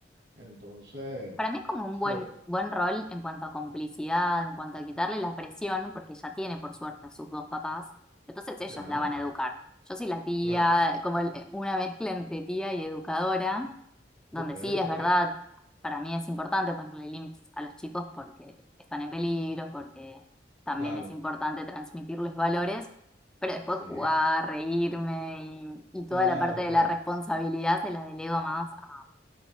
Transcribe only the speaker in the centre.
Para mí es como un
buen, buen rol en cuanto a complicidad, en cuanto a quitarle la presión, porque ya tiene por suerte a sus dos papás, entonces ellos
la van a educar. Yo soy la tía,
como el- una mezcla entre tía y educadora, donde
sí
es verdad, para mí es importante ponerle límites a los chicos porque están en peligro, porque también
es importante transmitirles valores, pero después
jugar, reírme y, y toda
la parte de
la responsabilidad se la delego más a,